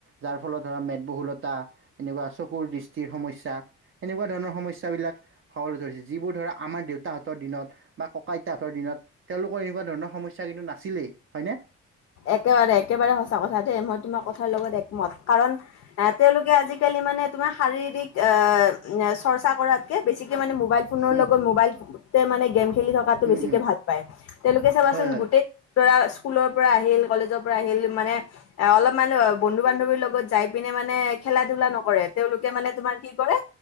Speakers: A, on the right (about 45°); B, on the left (about 50°).
A: যাৰ ফলত ধৰা মেদবহুলতা এনেকুৱা চকুৰ দৃষ্টিৰ সমস্যা। সেনেকুৱা ধৰণৰ সমস্যাবিলাক হবলৈ ধৰিছে। যিবোৰ ধৰা আমাৰ দেউতাহঁতৰ দিনত বা কঁকা আইতাহতৰ দিনত তেওঁলোকৰ এনেকুৱা ধৰণৰ সমস্যা কিন্তু নাছিলেই, হয়নে?
B: একেবাৰে, একেবাৰে সঁচা কথা দেই। মই তোমাৰ কথাৰ লগত একমত, কাৰণ আহ তেওঁলোকে আজিকালি মানে তোমাৰ শাৰীৰিক আ‌ চৰ্চা কৰাতকে বেছিকে মানে মবাইল ফোন
A: উম
B: লগত মোবাইল মানে গেম খেলি থকাটো
A: উম
B: বেছিকে
A: উম
B: ভাল পায় তেওঁলোকে চাবাচোন
A: হয় হয়
B: গোটেই তৰা স্কুলৰ পৰা আহিল, কলেজৰ পৰা আহিল মানে এ অলপ মান বন্ধু বান্ধৱীৰ লগত যাই পিনে মানে খেলা ধলা নকৰে। তেওঁলোকে মানে তোমাৰ কি কৰে?